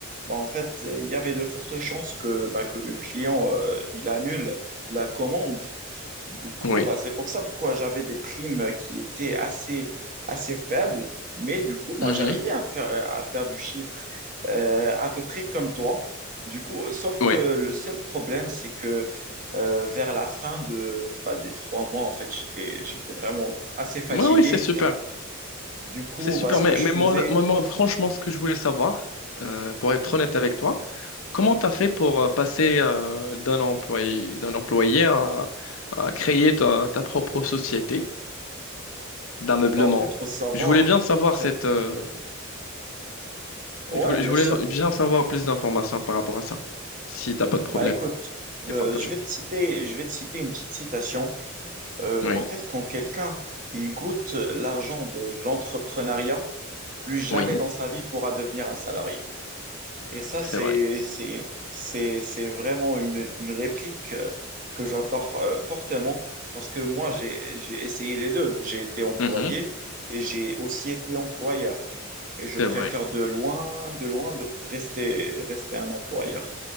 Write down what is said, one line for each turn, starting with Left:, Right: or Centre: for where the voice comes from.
Right: bah, en fait, euh, il y avait de fortes chances que, bah, que le client euh, il annule la commande. Du coup,
Left: Oui.
Right: bah, c'est pour ça pourquoi j'avais des primes qui étaient assez, assez faibles. Mais du coup, moi,
Left: Mhm.
Right: j'arrivais à faire, à faire du chiffre euh, à peu près comme toi. Du coup, sauf
Left: Oui.
Right: que le seul problème, c'est que euh, vers la fin de, bah, des trois mois, en fait, j'étais, j'étais vraiment assez fatigué.
Left: Moi, oui, c'est super.
Right: Du coup,
Left: C'est super.
Right: bah, ce
Left: Mais,
Right: que je
Left: mais
Right: faisais,
Left: moi, moi, moi, franchement, ce que je voulais savoir, euh, pour être honnête avec toi, comment tu as fait pour euh, passer euh, d'un employé, d'un employé à, à créer ta, ta propre société d'ameublement?
Right: bah, en fait, faut savoir.
Left: Je voulais bien savoir
Right: ça-
Left: cette, euh,
Right: Ouais,
Left: je voulais,
Right: bien
Left: je voulais
Right: sûr.
Left: bien savoir plus d'informations par rapport à ça, si t'as pas de problème
Right: Bah, écoute, euh,
Left: de partager.
Right: je vais te citer, je vais te citer une petite citation. Euh,
Left: Oui,
Right: en fait, quand quelqu'un, il goûte l'argent de l'entrepreneuriat, plus jamais
Left: oui,
Right: dans sa vie pourra devenir un salarié. Et ça,
Left: c'est
Right: c'est,
Left: vrai.
Right: c'est, c'est, c'est vraiment une, une réplique euh, que j'entends euh, fortement parce que moi, j'ai, j'ai essayé les deux. J'ai été employé
Left: Mhm.
Right: et j'ai aussi été employeur. Et je
Left: C'est
Right: préfère
Left: vrai.
Right: de loin, de loin de rester, rester un employeur.